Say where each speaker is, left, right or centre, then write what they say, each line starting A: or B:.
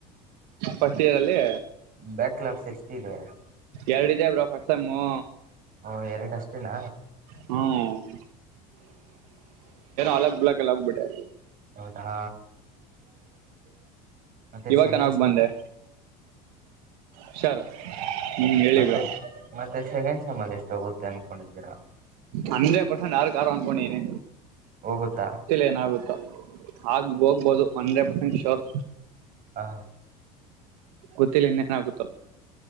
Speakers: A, on the right; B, on the right.
A: ಫಸ್ಟ್ ಇಯರಲ್ಲಿ.
B: ಬ್ಯಾಕ್ಲಾಸ್ ಎಷ್ಟಿದೆ.
A: ಎರಡ್ ಇದೇ ಬ್ರೋ ಫಸ್ಟ್ ಸೆಮ್ಮು.
B: ಓ ಎರಡು ಅಷ್ಟೇನ.
A: ಹ್ಮ ಅಲಕ್ ಲಕ್ ಅಲ್ಲಿ ಆಗಿಬಿಟ್ಟೆ.
B: ಹೌದಾ ಮತ್ತೆ
A: ಇವಾಗ
B: ಸೆಕೆಂಡ್
A: ಚೆನ್ನಾಗಿ ಬಂದೆ. ಹುಷಾರು ಹು ಹೇಳಿ
B: ಮತ್ತೆ
A: ಬ್ರೋ.
B: ಮತ್ತೆ ಸೆಕೆಂಡ್ ಸೇಮ್ ಅಲ್ಲಿ ಎಷ್ಟೋಗುತ್ತೆ ಅನ್ಕೊಂಡಿದ್ದೀರಾ.
A: ಅಂದ್ರೆಡ್ ಪರ್ಸೆಂಟ್ ಆರುಕ್ ಆರು ಅನ್ಕೊಂಡಿನಿ.
B: ಹೋಗುತ್ತಾ.
A: ಏನಾಗುತ್ತೋ ಆಗ ಹೋಗ್ಬೋದು ಹಂಡ್ರೆಡ್ ಪರ್ಸೆಂಟ್ ಶೋರ್.
B: ಹಾ
A: ಗೊತ್ತಿಲ್ಲ ಇನೇನು ಆಗುತ್ತೆ.